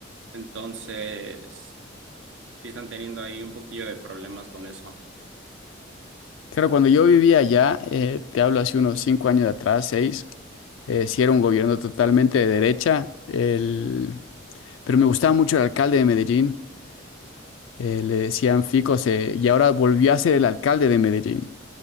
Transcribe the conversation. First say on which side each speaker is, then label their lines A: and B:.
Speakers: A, on the right (about 70°); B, on the left (about 80°).
A: Entonces, sí están teniendo ahí un poquillo de problemas con eso.
B: Claro, cuando yo vivía allá, eh, te hablo hace unos cinco años atrás, seis, eh, sí era un gobierno totalmente de derecha, el- pero me gustaba mucho el alcalde de Medellín, eh, le decían Fico, se- y ahora volvió a ser el alcalde de Medellín.